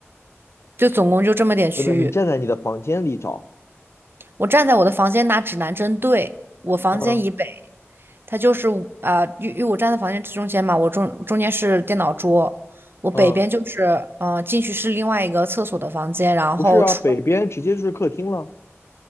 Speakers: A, on the right; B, on the left.
A: 就总共就这么点区域。
B: 的，你站在你的房间里找，
A: 我站在我的房间拿指南针对我房间以北，
B: 嗯
A: 它就是啊、呃因为因为我站在房间中间嘛，我中中间是电脑桌，我北边就是嗯、
B: 嗯，
A: 呃进去是另外一个厕所的房间，然后出
B: 不是啊，北边直接就是客厅了。